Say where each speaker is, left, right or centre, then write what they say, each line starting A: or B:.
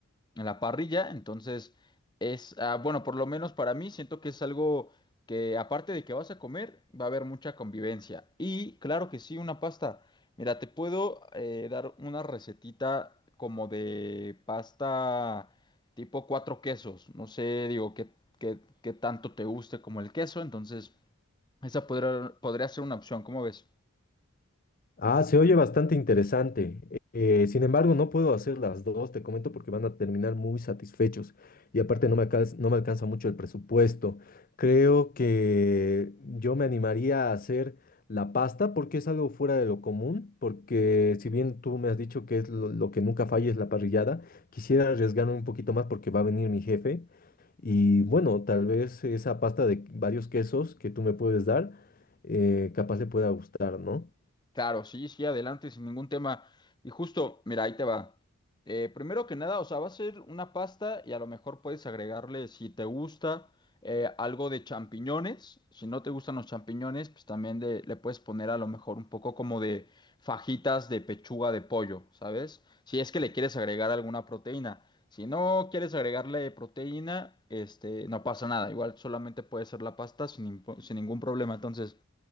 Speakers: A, on the left; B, on the left.
A: en la parrilla. Entonces, es, ah, bueno, por lo menos para mí, siento que es algo que aparte de que vas a comer, va a haber mucha convivencia. Y claro que sí, una pasta. Mira, te puedo eh, dar una recetita como de pasta tipo cuatro quesos. No sé, digo, qué, qué, qué tanto te guste como el queso. Entonces, esa podrá- podría ser una opción. ¿Cómo ves?
B: Ah, se oye bastante interesante. Eh, eh, sin embargo, no puedo hacer las dos, te comento, porque van a terminar muy satisfechos. Y aparte no me alcanza, no me alcanza mucho el presupuesto. Creo que yo me animaría a hacer la pasta porque es algo fuera de lo común, porque si bien tú me has dicho que es lo, lo que nunca falla es la parrillada, quisiera arriesgarme un poquito más porque va a venir mi jefe. Y bueno, tal vez esa pasta de varios quesos que tú me puedes dar, eh, capaz le pueda gustar, ¿no?
A: Claro, sí, sí, adelante, sin ningún tema. Y justo, mira, ahí te va. Eh, primero que nada, o sea, va a ser una pasta y a lo mejor puedes agregarle, si te gusta, eh, algo de champiñones. Si no te gustan los champiñones, pues también de- le puedes poner a lo mejor un poco como de fajitas de pechuga de pollo, ¿sabes? Si es que le quieres agregar alguna proteína. Si no quieres agregarle proteína, este, no pasa nada. Igual solamente puede ser la pasta sin, impo- sin ningún problema. Entonces...